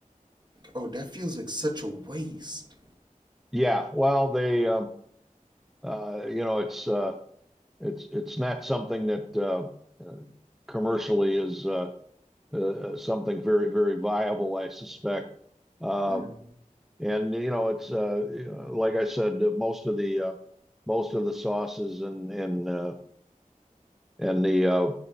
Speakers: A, on the right; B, in the centre.
A: Oh, that feels like such a waste.
B: Yeah, well, they, um, uh, you know, it's uh, it's it's not something that uh, uh, commercially is uh, uh, uh, something very, very viable, I suspect. Um,
A: Mm.
B: and you know, it's uh, like I said, uh, most of the uh, most of the sauces and and uh, and the uh,